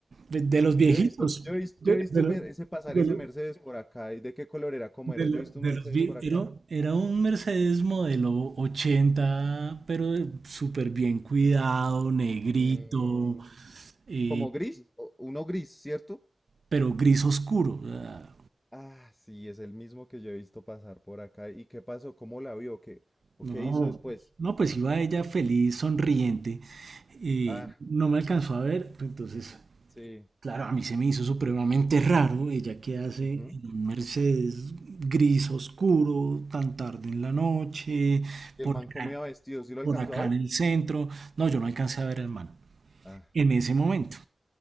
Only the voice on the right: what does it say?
De, de los viejitos.
De,
de
los,
De, la-
de
los vi-
era, era un Mercedes modelo ochenta pero súper bien cuidado, negrito,
eh,
pero gris oscuro. o sea,
no,
no, pues iba ella feliz, sonriente, y
no me alcanzó a ver. Entonces,
claro, a mí se me hizo supremamente raro ella que hace
en un Mercedes gris oscuro tan tarde en la noche,
por
acá,
por
acá
en el centro. No, yo no alcancé a ver al man.
en ese momento.